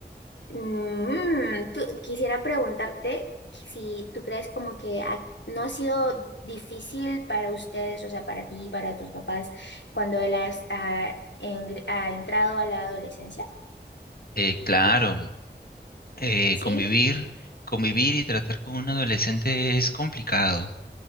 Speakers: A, on the left; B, on the left.
A: Mm, tú- quisiera preguntarte si tú crees como que ha- no ha sido difícil para ustedes, o sea, para ti, para tus papás, cuando él has- ha, engr- ha entrado a la adolescencia.
B: Eh, claro. eh,
A: Sí.
B: convivir, convivir y tratar con un adolescente es complicado.